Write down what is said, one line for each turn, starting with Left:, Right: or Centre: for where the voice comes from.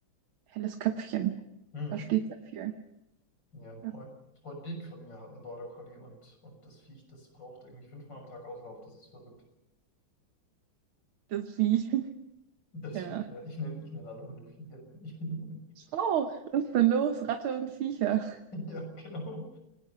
Right: helles Köpfchen.
Left: Mhm.
Right: Versteht sehr viel.
Left: Ja, ein
Right: Ja.
Left: Freund, Freundin von mir hat einen Border Collie und, und das Viech, das braucht irgendwie fünfmal am Tag Auslauf. Das ist verrückt.
Right: Das Vieh. <laughs>
Left: Das
Right: Ja.
Left: Viech, ja. Ich nenne, ich nenne alle Hunde Viecher. <laughs>
Right: Ich auch. Was ist denn los? Ratte und Viecher.
Left: Ja, genau.